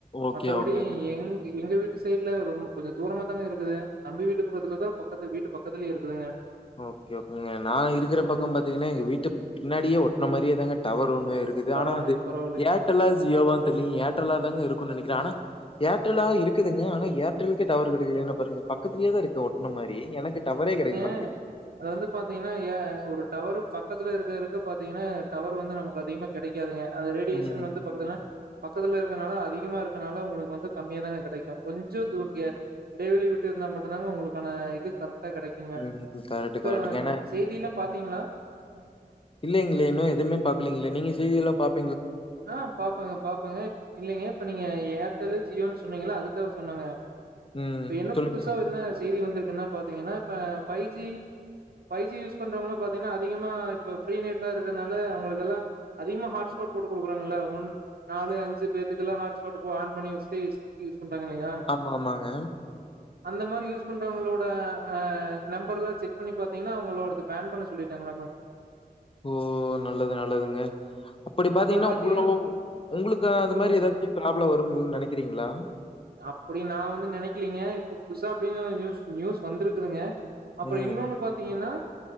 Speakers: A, on the left (about 35°); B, on the right (about 85°).
A: ஓகே,
B: மத்தபடி
A: ஓகேங்க.
B: எங் எங்க வீட்டு ந்த சைடுல ரொம்ப கொஞ்ச தூரமா தாங்க இருக்குது தம்பி வீட்டு பக்கத்துல தான் பக்கத்து வீட்டு பக்கத்துலயே இருக்குதுங்க
A: ஓகே ஓகேங்க நான் இருக்குற பக்கம் பாத்தீங்கன்னா எங்க வீட்டு பின்னாடியே ஒட்ன மாரியே தாங்க டவர் ஒன் னு இருக்குது
B: பரவாயில்லைங்க
A: ஆனா அது
B: பரவாயில்லைங்க
A: ஏர்டெல்லா ஜியோவான் தெரிலங்க ஏர்டெல்லா தாங்க இருக் க்கு நெனக்கிற ஆனா ஏர்டெல்லா இருக்குதுங்க ஆனா ஏர்டெல்லுக்கே டவரு கெடைக்கலனா பாருங்க பக்கத்திலயே தான் இருக்கு ஒட்ன மாரி எனக்கு டவரே கெடக்கமாட்டு
B: அ அது வந்து பாத்தீங்கன்னா ஏன் ஒரு டவர் பக்கத்துல இருக்க இருக்கு இப்ப பாத்தீங்கன்னா டவர் வந்து நமக்கு அதிகமா கெடைக்காதுங்க அது ரேடியேஷன்
A: ம்.
B: வந்து பக்கத்துல பக்கத்துல இருக்கனால அதிக அதிகமா இருக்கனால உங்களுக்கு வந்து கம்மியா தாங்க கெடைக்கூ கொஞ்சோ தூக்ய இடைவெளி விட்டு இருந்தா மட்டுதாங்க உங்களுக்கான இது கரெக்ட் டா கெடைக்குங்க
A: ம். கரெக்ட்,
B: இப்ப
A: கரெக்ட்டுங்க. ஏன்னா
B: செய்தியிலாம் பாத் த்தீங்ளா
A: இல்லேங்ளே இன்னு எதுமே பாக்கலீங்ளே நீ செய்தியல்லாம் பாப்
B: ஆ பாப்பங்க பாப்பங்க இல்லங்க இப்ப நீங்க ஏர்டெல்லு ஜியோனு சொ சொன்னீங்கள அதுக்காக சொன்னங்க
A: ம்.
B: இப்ப என்ன
A: சொல்லுங்க.
B: புதுசா என்ன செய்தி வந்து ப்ப என்னா பாத்தீங்கன்னா ப five G five G use பண்றவுங்க பாத்திங்னா அதிகமா இப்ப ஃப்ரீ நெட்டா இருக்கனால அவுங்களுக்கெல்லா அதிகமா ஹாட்ஸ்பாட் போட்டு குடுக்குறாங்கல்ல ஒன் நாலு அஞ்சு பேத்துகல்லா ஹாட்ஸ்பாடு போ ஆன் பண்ணி வச்டு இஸ்டதுகு யூஸ் பண்றாங்க இல்லையா
A: ஆமா ஆமாங்க
B: அந்த மாரி யூஸ் பண்றவங்களோட அ நம்பர்லா செக் பண்ணி பாத்தீங்கன்னா அவங்களோடது பேன் பண்ண சொல்லிட்டாங்களாமா
A: ஓ நல்லது நல்லதுங்க அப்படி பாத்தீங்கன்னா
B: அப்புறோ பாத்தீங்கன்
A: ஒங்களவோ ஒங்களுக்கு அது
B: சொல்லுங்க
A: மாரி எதாச்சு
B: சொல்லுங்க
A: ப்ராப்ளம் வருங்கனு நெனைக்கிறீங்களா
B: அப்படி நா வந்து நெனைக்கலீங்க இப்ப புதுசா அப்டின்னு நியூஸ் நியூஸ் வந்துருக்குதுங்க அப்பற
A: ம்,
B: இன்னொன்னு
A: ம்.
B: பாத்தீங்கன்னா